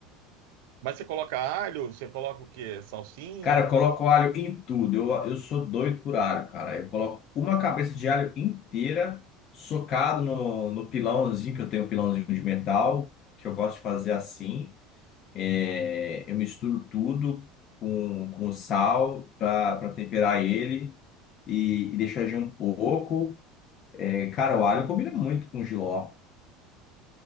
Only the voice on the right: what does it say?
Mas você coloca alho, você coloca o quê? Salsinha?